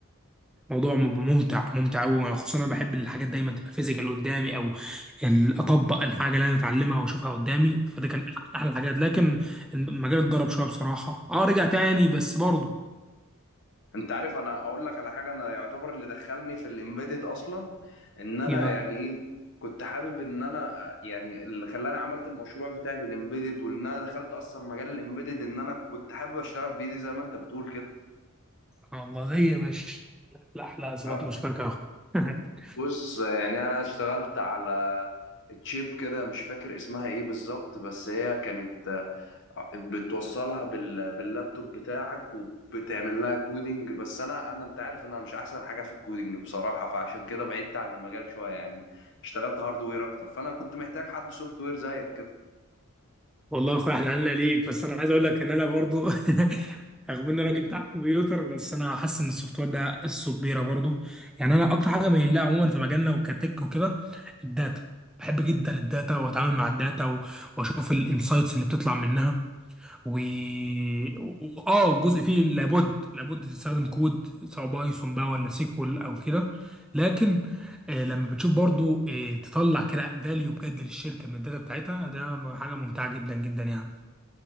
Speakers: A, in the centre; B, on the left (about 60°).
A: موضوع مم- ممتع ممتع قوي خصوصا انا بحب الحاجات دايما تبقى فيزيكال قدامي او ال- اطبق الحاجه اللي انا اتعلمها واشوفها قدامي فده كان احلى الحاجات لكن المجال اتضرب شويه بصراحه اه رجع تاني بس برضه
B: انت عارف انا اقول لك على حاجه انا يعتبر اللي دخلني في الامبيدد اصلا ان انا
A: يبقى
B: يعني ايه كنت حابب ان انا يعني اللي خلاني عملت المشروع بتاعي بالامبيدد وان انا دخلت اصلا مجال الامبيدد ان انا كنت حابب اشتغل بايدي زي ما انت بتقول كده
A: سبحان الله زي يا باشا لا احلى صفات
B: ها
A: مشتركه يا اخويا <laughs>
B: بص يعني انا اشتغلت على تشيب كده مش فاكر اسمها ايه بالظبط بس هي كانت بتوصلها بال... باللابتوب بتاعك وبتعمل لها كودينج بس انا انا انت عارف ان انا مش احسن حاجه في الكودينج بصراحه فعشان كده بعدت عن المجال شويه يعني اشتغلت هاردوير اكتر فانا كنت محتاج حد سوفت وير زيك كده
A: والله يا اخويا احنا عنا ليك بس انا عايز اقول لك ان انا برضو <laughs> رغم اني راجل بتاع كمبيوتر بس انا حاسس ان السوفت وير ده قصه كبيره برضو يعني انا اكتر حاجه مايل لها عموما في مجالنا وكتك وكده الداتا بحب جدا الداتا واتعامل مع الداتا و- واشوف الانسايتس اللي بتطلع منها و و- اه جزء فيه لابد لابد تستخدم كود سواء بايثون بقى ولا سيكوال او كده لكن آه لما بتشوف برضو آه تطلع كده فاليو بجد للشركه من الداتا بتاعتها ده م- حاجه ممتعه جدا جدا يعني